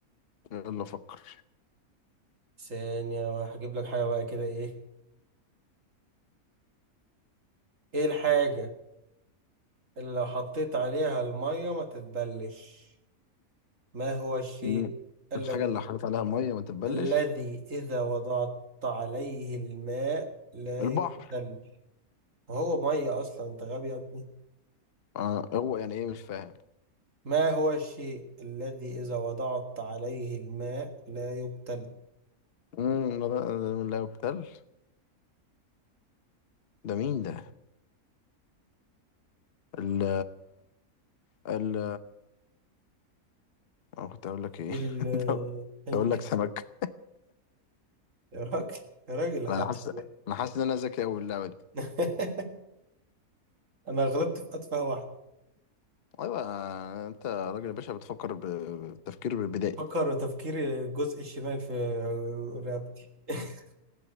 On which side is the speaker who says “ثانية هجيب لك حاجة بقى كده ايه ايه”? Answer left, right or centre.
Right